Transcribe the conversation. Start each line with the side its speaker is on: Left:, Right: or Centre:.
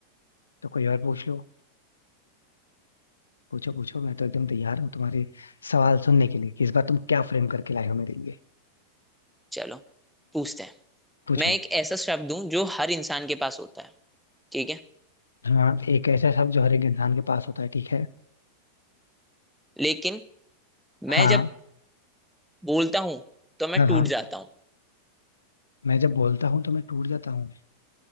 Left: तो कोई और पूछ लो पूछो पूछो मैं तो एकदम तैयार हूँ तुम्हारे सवाल सुनने के लिए कि इस बार तुम क्या फ्रेम करके लाए हो मेरे लिए
Centre: चलो पूछते हैं
Left: पूछो
Centre: मैं एक ऐसा शब्द हूं जो हर इंसान के पास होता है ठीक है
Left: हाँ एक ऐसा शब्द जो हर एक इंसान के पास होता है ठीक है
Centre: लेकिन
Left: हाँ
Centre: मैं जब बोलता हूँ तो मैं
Left: हाँ
Centre: टूट
Left: हाँ
Centre: जाता हूँ
Left: मैं जब बोलता हूँ तो मैं टूट जाता हूँ